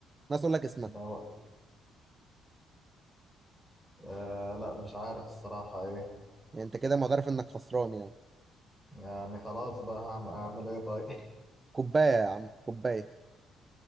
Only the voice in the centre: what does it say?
دواء آه لا مش عارف الصراحة ايه
يعني خلاص بقى هعمل, هعمل ايه طيب